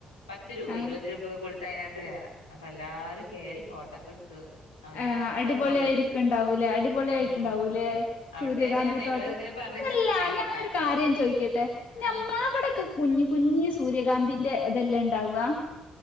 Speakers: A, on the left (about 85°); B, on the left (about 55°).
A: പത്ത് രൂപ
B: ആഹ്
A: ഇരുപത് രൂപ ഒക്കെ കൊടുത്താ അതിനകത്ത് കേറാം അപ്പൊ എല്ലാരും കേറി ഫോട്ടോക്കെ എടുത്ത് അവനവന്റെ
B: ആഹ്
A: ഇഷ്ടം
B: അടിപൊളിയായിരിക്കണ്ടാവൂലേ
A: പോലെ എടുത്തു
B: അടിപൊളിയിട്ടുണ്ടാവൂലേ
A: ഉം അവിടത്തന്നെ
B: സൂര്യകാന്തി
A: പറഞ്ഞ് ഞങ്ങള്
B: തോട്ടം
A: ഇങ്ങനെ പറഞ്ഞ്
B: അതല്ല
A: ചിറിച്ചേ
B: ഞാനൊരു
A: ആഹ്
B: കാര്യം ചോയിക്കട്ടെ ഞമ്മള
A: ആഹ്
B: അവിടെയൊക്കെ കുഞ്ഞി കുഞ്ഞി സ് സൂര്യകാന്തിന്റെ ഇതെല്ലേ ഇണ്ടാവ